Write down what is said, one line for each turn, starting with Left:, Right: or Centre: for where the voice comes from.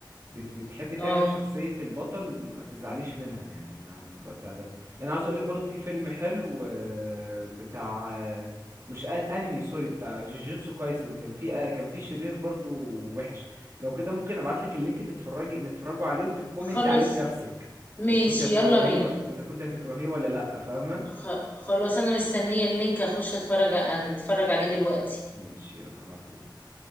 Right: بتحب تعمل
Left: اه
Right: شخصية البطل ما تزعليش منها يعني ما تبقى بتاع ده يعني عاوز اقولك برضو في فيلم حلو آه، بتاع آه، مش أن- انمي سوري بتاع جوجيتسو كايسن كان في آه، كان في شرير برضو وحش لو كده ممكن ابعتلك اللينك تتفرجي نتفرجوا عليه وتحكمي
Left: خلاص
Right: انت عليه بنفسك
Left: ماشي
Right: اذا كنت هتكرهيه
Left: يلا بينا
Right: و... اذا كنت هتكرهيه ولا لا فاهمة
Left: خ- خلاص انا مستنيه اللينك اخش اتفرج اتفرج عليه دلوقتي
Right: ماشي يلا هبعتهولك